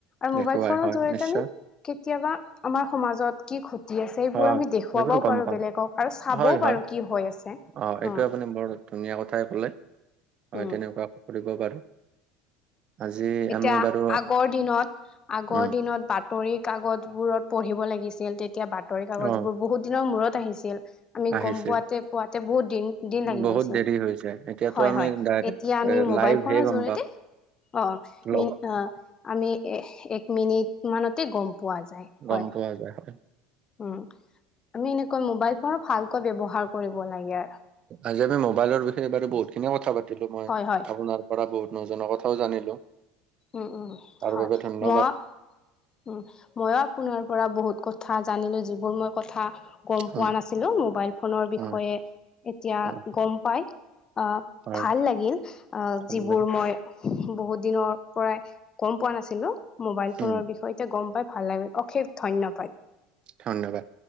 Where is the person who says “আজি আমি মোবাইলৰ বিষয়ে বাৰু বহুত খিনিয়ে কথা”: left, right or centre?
Right